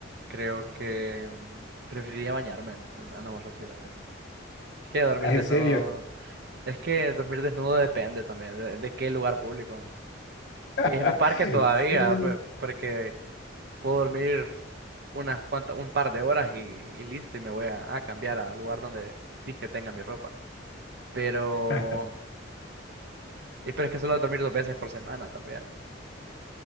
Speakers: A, on the right (about 60°); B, on the left (about 70°).
A: creo que mm, preferiría bañarme en, en, en aguas residuales. Es que dormir
B: Ah, ¿En
A: desnudo,
B: serio?
A: es que dormir desnudo depende también de, de qué lugar público.
B: <laughs>
A: Si es en un parque todavía,
B: Sí.
A: pues, porque puedo dormir unas cuantas, un par de horas y, y listo, y me voy a, a cambiar al lugar donde que tenga mi ropa. Pero,
B: <laughs>
A: y pero es que solo dormir dos veces por semana también.